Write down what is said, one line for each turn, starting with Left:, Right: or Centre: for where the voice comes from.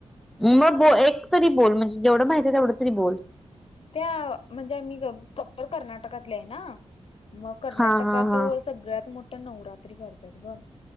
Centre: मग ब एक तरी बोल, म्हणजे जेवढं माहिती आहे तेवढं तरी बोल.
Left: त्या म्हणजे, आम्ही प्रॉपर कर्नाटकातल्या आहे ना, मग कर्नाटकात
Centre: हा हा हा
Left: सगळ्यात मोठ नवरात्री करतात ग,